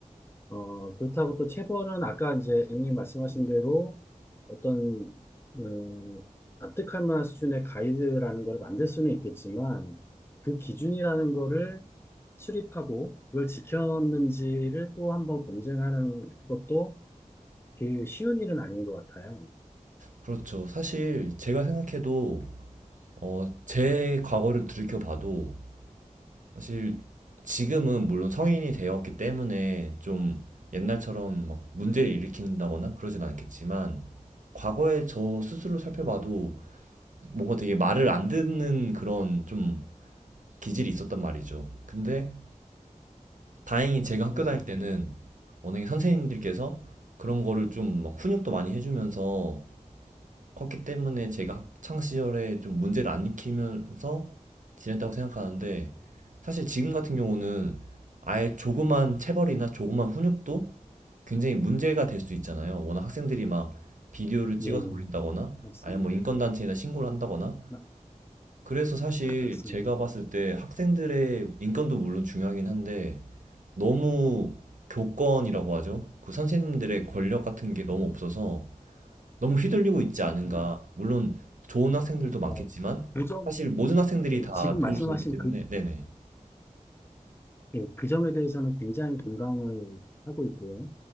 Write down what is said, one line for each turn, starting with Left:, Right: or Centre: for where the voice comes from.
Left: 어, 그렇다고 또 체벌은 아까 이제 앵님 말씀하신 대로 어떤, 음, 납득할 만한 수준의 가이드라는 걸 만들 수는 있겠지만 그 기준이라는 거를 수립하고 그걸 지켰는지를 또 한번 검증하는 것도 그 쉬운 일은 아닌 것 같아요.
Right: 그렇죠. 사실 제가 생각해도 어, 제 과거를 들이켜봐도 사실 지금은 물론 성인이 되었기 때문에 좀 옛날처럼 막 문제를 일으킨다거나 그러진 않겠지만 과거에 저 스스로 살펴봐도 뭔가 되게 말을 안 듣는 그런 좀 기질이 있었단 말이죠. 근데 다행히 제가 학교
Left: 어,
Right: 다닐 때는
Left: 예,
Right: 워낙에 선생님들께서 그런 거를 좀막 훈육도 많이 해주면서 컸기 때문에 제가 학창 시절에 좀 문제를 안 일으키면서 지냈다고 생각하는데 사실 지금 같은 경우는 아예 조그만 체벌이나 조그만 훈육도 굉장히 문제가 될 수 있잖아요. 워낙 학생들이 막 비디오를 찍어서
Left: 예, 예.
Right: 올린다거나
Left: 맞습니다.
Right: 아예 뭐 인권단체에다 신고를 한다거나
Left: 맞,
Right: 그래서 사실
Left: 맞습니다.
Right: 제가 봤을 때 학생들의 인권도 물론 중요하긴 한데 너무 교권이라고 하죠. 그 선생님들의 권력 같은 게 너무 없어서 너무 휘둘리고 있지 않은가.
Left: 네.
Right: 물론 좋은 학생들도 많겠지만
Left: 어, 그 점,
Right: 사실 모든 학생들이
Left: 예,
Right: 다
Left: 지금 말씀하신
Right: 좋을 수 없기 때문에
Left: 그,
Right: 네네.
Left: 예, 그 점에 대해서는 굉장히 공감을 하고 있고요.